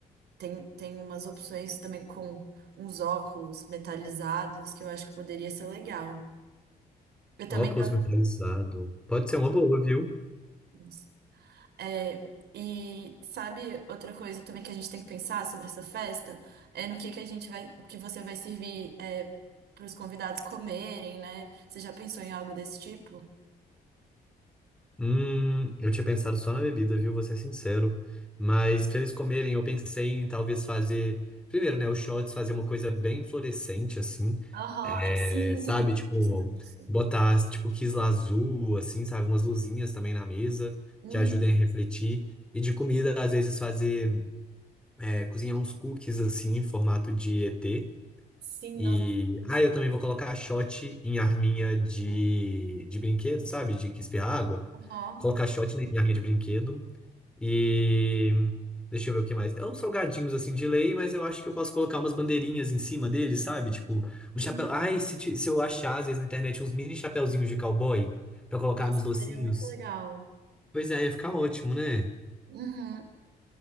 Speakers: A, on the right; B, in the centre.
A: tem, tem umas opções também com uns óculos metalizados que eu acho que poderia ser legal. Eu
B: Óculos
A: também tava
B: metalizado. Pode ser uma boa, viu?
A: nisso. é, e sabe outra coisa também que a gente tem que pensar sobre essa festa é no que que a gente vai, o que você vai servir eh, para os convidados comerem, né? Você já pensou em algo desse tipo?
B: Hum, eu tinha pensado só na bebida, viu? Vou ser sincero. Mas pra eles comerem, eu pensei em talvez fazer. Primeiro, né? Os shots, fazer uma coisa bem fluorescente, assim.
A: Aham,
B: É,
A: é sim, eu
B: sabe?
A: também estava
B: Tipo,
A: pensando nisso.
B: botar, tipo, quisla azul, assim, sabe? Umas luzinhas também na mesa
A: Uhum.
B: que ajudem a refletir. E de comida, às vezes, fazer. é, cozinhar uns cookies assim em formato de ET.
A: Sim,
B: E
A: nossa, eu pensei.
B: ah, eu também vou colocar a shot em arminha de, de brinquedo, sabe? De que espirra água.
A: Aham.
B: Colocar a shot em arminha de brinquedo. E deixa eu ver o que mais. É uns salgadinhos assim de lei, mas eu acho que eu posso colocar umas bandeirinhas em cima deles, sabe? Tipo,
A: Uhum.
B: um chapéu. Ai, se, ti- se eu achar às vezes na internet uns mini chapéuzinhos de cowboy pra colocar
A: Nossa,
B: nos docinhos.
A: seria muito legal.
B: Pois é, ia ficar ótimo, né?
A: Uhum.